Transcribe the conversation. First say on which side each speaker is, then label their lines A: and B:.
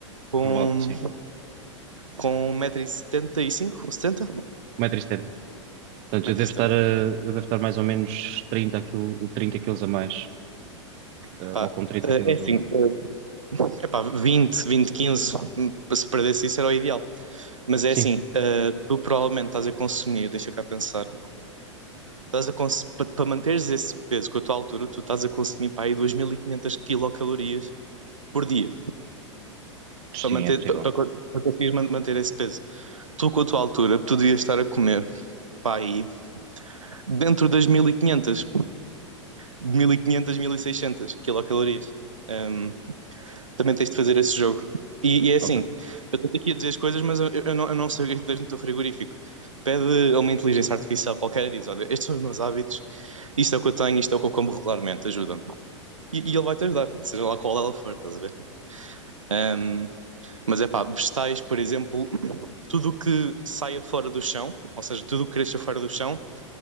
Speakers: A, on the right; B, on the right.
A: Com,
B: por volta assim,
A: com um metro e setenta e cinco ou 70?
B: 1,70m. Portanto,
A: 1,70m.
B: eu devo estar a, eu devo estar mais ou menos trinta quilo, trinta quilos a mais, eh,
A: Epá,
B: ou com 30
A: eh,
B: quilos
A: é assim,
B: a mais.
A: eh, epá, 20, 20, 15, se perdesse isso era o ideal. Mas é
B: Sim,
A: assim, eh, tu provavelmente estás a consumir, deixa cá pensar, estás a cons- para manteres esse peso com a tua altura, tu estás a consumir para aí 2.500 quilocalorias por dia.
B: sim,
A: para manter,
B: é possível.
A: para, para, para conseguires man- manter esse peso. Tu, com a tua altura, tu devias estar a comer, pá, aí, dentro das mil mil e e quinhentas mil e quinhentas mil e seiscentas quilocalorias. Hum, também tens de fazer esse jogo. E, e é assim,
B: Ok.
A: eu estou aqui a dizer as coisas, mas eu, eu não, eu não sei o que é que tu tens no teu frigorífico. Pede a uma inteligência artificial qualquer e diz, olha, estes são os meus hábitos, isto é o que eu tenho, isto é o que eu como regularmente, ajuda-me. E, e ele vai-te ajudar, seja lá qual ela for, estás a ver? Hum, mas é pá, vegetais, por exemplo, tudo o que saia fora do chão, ou seja, tudo o que cresça fora do chão,